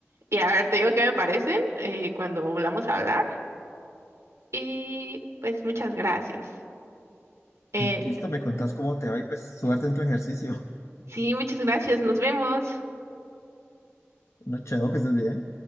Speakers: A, on the right; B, on the left.
A: y a ver, te digo qué me parecen eh, cuando volvamos a hablar. Y pues muchas gracias. Eh,
B: Listo, me contás cómo te va y pues suerte en tu ejercicio.
A: sí, muchas gracias, nos vemos.
B: No, chao, que estés bien.